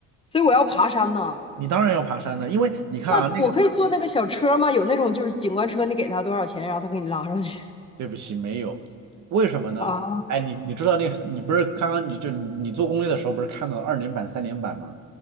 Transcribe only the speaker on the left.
所以我要爬山呢。
那我可以坐那个小车吗？
有那种就是景观车，你给他多少钱，然后他给你拉上去
啊？